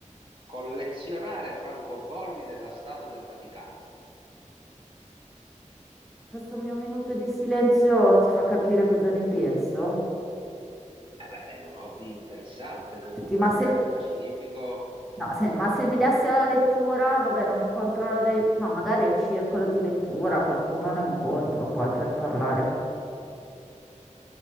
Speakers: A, on the right (about 40°); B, in the centre.
A: Collezionare francobolli della Stato del Vaticano.
B: Questo mio minuto di silenzio ti fa capire cosa ne penso?
A: Eh beh, è un hobby interessante comunque,
B: Senti, ma se,
A: bello, pacifico.
B: no, se- ma se mi dessi alla lettura, vabbè, non incontro la dei... Ma magari al circolo di lettura qualcuno lo incontro poi per parlare.